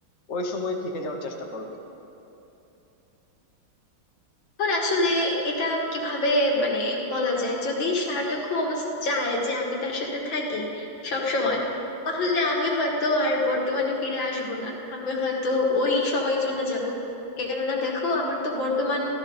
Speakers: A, on the left; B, on the left.
A: ওই সময় থেকে যাওয়ার চেষ্টা করবে
B: এখন আসলে এটা কিভাবে মানে বলা যায় যদি শার্লক হোমস চায় যে আমি তার সাথে থাকি সব সময় তাহলে আমি হয়তো আর বর্তমানে ফিরে আসব না আমি হয়তো ওই সময়ে চলে যাব কেননা দেখো আমার তো বর্তমান